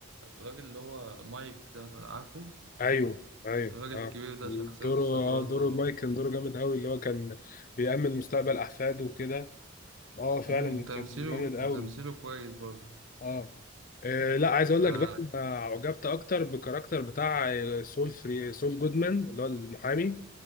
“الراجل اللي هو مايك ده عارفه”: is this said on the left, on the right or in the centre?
Right